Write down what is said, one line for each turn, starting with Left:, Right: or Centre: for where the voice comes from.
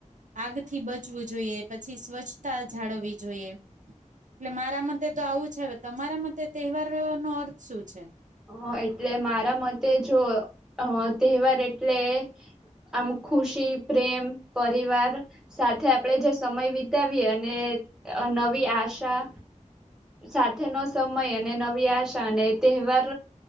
Right: આગથી બચવું જોઈએ. પછી સ્વચ્છતા જાળવવી જોઈએ. એટલે મારા મતે તો આવું છે બધ. તમારા મતે તહેવાર નો અર્થ શું છે?
Centre: હ, એટલે મારા મતે જો અહ તહેવાર એટલે આમ ખુશી, પ્રેમ, પરિવાર સાથે આપણેે જે સમય વિતાવીએ અને અ નવી આશા સાથેનો સમય અને નવી આશા અને તહેવાર